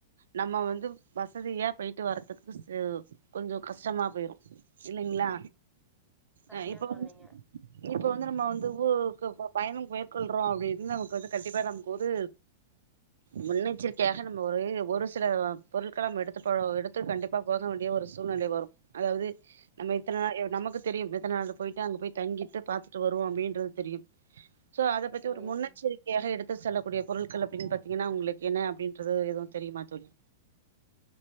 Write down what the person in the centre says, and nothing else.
சரியா
சொன்னீங்க
ம்